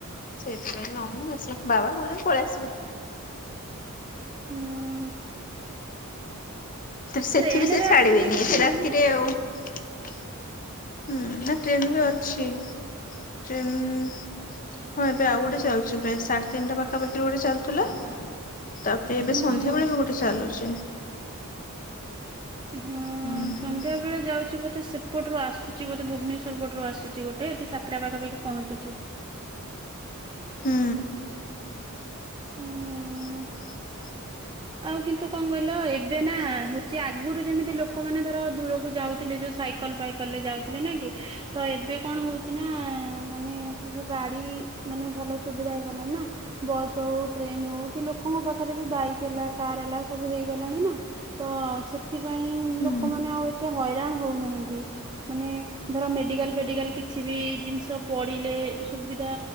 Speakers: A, on the left; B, on the right.
A: ସେଇଥିପାଇଁ ନ ଆସୁ ବାବା କହୁଛନ୍ତି ପଳେଇ ଆସିବୁ।
B: ହୁଁ
A: ସେଠି
B: ଟ୍ରେନ
A: ବି ସେ
B: ରେ
A: ଛାଡିବେନି
B: ଆସିଲେ କିଛି
A: ଏତେ
B: ନାହିଁ
A: ରାତିରେ ଆଉ ହୁଁ। ଟ୍ରେନ ବି ଅଛି ଟ୍ରେନ ହଁ ଏବେ ଆଉ ଗୋଟେ ଚାଲଛି ପ୍ରାୟ ସାଢେ ତିନିଟା ପାଖା ପାଖରେ ଗୋଟେ ଚାଲୁଥିଲା ତାପରେ ଏବେ
B: ହୁଁ।
A: ସନ୍ଧ୍ୟା ବେଳେ ବି ଗୋଟେ ଚାଲୁଚି।
B: ହଁ
A: ହୁଁ
B: ସନ୍ଧ୍ୟାବେଳେ ଯାଉଛି ବୋଧେ ସେ ପଟରୁୁ ଆସୁଛି ବୋଧେ ଭୁବନେଶ୍ୱର ପଟରୁ ଆସୁଛି ଗୋଟେ ଏଠି ସାତଟା ପାଖାପାଖି ପହଞ୍ଚୁଚି।
A: ହୁଁ।
B: ହୁଁ
A: <inaudible>
B: ଆଉ କିନ୍ତୁ କଣ କହିଲ ଏବେ ନା ହଉଛି ଆଗରୁ ଯେମିତି ଲୋକ ଲୋକମାନେ ଧର ଦୂରକୁ ଯାଉଥିଲେ ଯୋଉ ସାଇକେଲ ଫାଇକେଲ ରେ ଯାଉଥିଲେ ନା କି ତ ଏବେ କଣ ହଉଚି ହଉଚି ନା ମାନେ ସବୁ ଗାଡି ମାନେ ଭଲ ସୁବିଧା ହେଇଗଲାଣି ନା ବସ୍ ହଉ ଟ୍ରେନ ହଉ କି ଲୋକଙ୍କ ପାଖରେ ବି ବାଇକ୍ ହେଲା କାର ହେଲା ସବୁ ହେଇଗଲାଣି ନା ତ ସେ ସେଥିପାଇଁ
A: ହୁଁ
B: ଲୋକମାନେ ଆଉ ଏତେ ହଇରାଣ ହଉନାହାନ୍ତି। ମାନେ ଧର ମେଡିକାଲ ଫେଡିକାଲ କିଛି ବି ଜିନିଷ ପଡିଲେ ସୁବିଧା